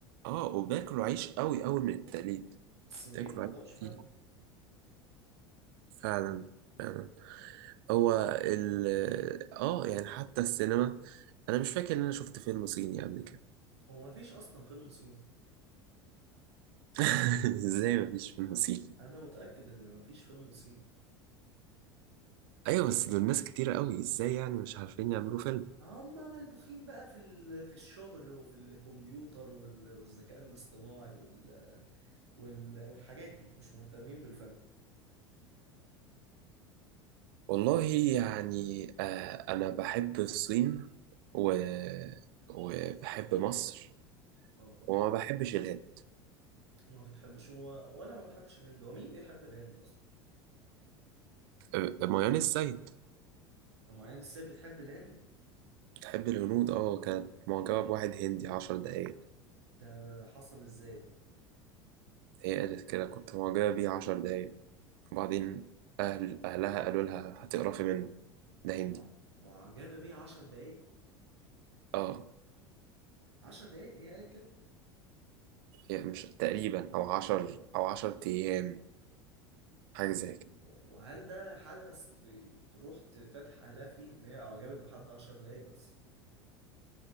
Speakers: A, on the right; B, on the right.
A: اه وبياكلوا عيش قوي قوي من التقليد
B: الصينيين
A: بياكلوا
B: ما عندهمش
A: عيش
B: فن
A: كتير فعلا فعلا هو ال اه يعني حتى السينما انا مش فاكر ان انا شفت فيلم صيني قبل كده
B: هو ما فيش اصلا فيلم صيني
A: <laughs> ازاي ما فيش فيلم صيني
B: انا متاكد ان ما فيش فيلم صيني
A: ايوه بس دول ناس كتير قوي ازاي يعني مش عارفين يعملوا فيلم
B: هم ملبوخين بقى في ال- في الشغل وفي الكمبيوتر وال- والذكاء الاصطناعي وال وال والحاجات دي مش مهتمين بالفن
A: والله يعني آه انا بحب الصين و... وبحب مصر
B: اه
A: وما بحبش الهند
B: ما بتحبش هو وانا ما بحبش الهند هو مين بيحب الهند اصلا
A: آه، ميان السيد
B: اما يعني الست بتحب الهند
A: بتحب الهنود اه كانت معجبة بواحد هندي عشر دقايق
B: ده حصل ازاي ده
A: هي قالت كده كنت معجبة بيه عشر دقايق وبعدين أهل أهلها قالوا لها هتقرفي منه ده
B: ما
A: هندي
B: معجبه بيه 10 دقايق
A: اه
B: 10 دقايق هي قالت كده
A: يعني مش تقريبا أو عشر أو عشر أيام حاجة
B: طب
A: زي كده
B: وهل ده حدث ت- تروح تفتح عليها فيه ان هي اعجبت بحد 10 دقايق بس